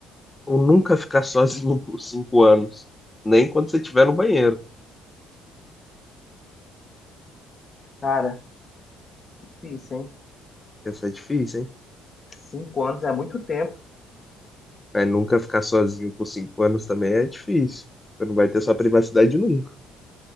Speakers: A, on the left; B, on the left.
A: Ou nunca ficar sozinho <laughs> por cinco anos. Nem quando você estiver no banheiro.
B: Cara, difícil, hein?
A: Essa é difícil, hein?
B: Cinco anos é muito tempo.
A: Mas nunca ficar sozinho por cinco anos também é difícil. Você não vai ter sua privacidade nunca.